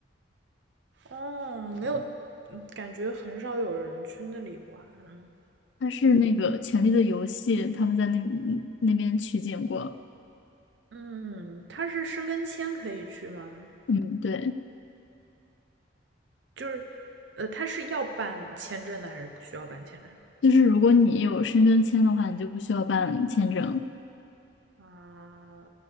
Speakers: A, on the right; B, on the left.
A: 哦，没有，嗯感觉很少有人去那里玩。
B: 它是那个《权力的游戏》，他们在那那边取景过。
A: 嗯，它是申根签可以去吗？
B: 嗯，对，
A: 就是，呃，它是要办签证的还是不需要办签证的？
B: 就是如果你有申根签的话，你就不需要办签证。
A: 啊，